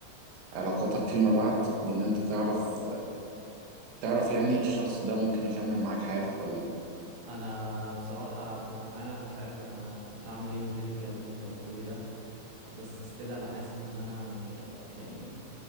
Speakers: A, on the right; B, on the right.
A: علاقاتك فيما بعد وان انت تعرف تعرف يعني الشخص ده ممكن يكمل معاك حياتك ولا لا
B: انا بصراحه يا عبد الرحمن انا مش عارف انا كنت اعمل ايه من غير الكلام اللي انت قلته لي ده بس ستيل انا حاسس ان انا يعني يعني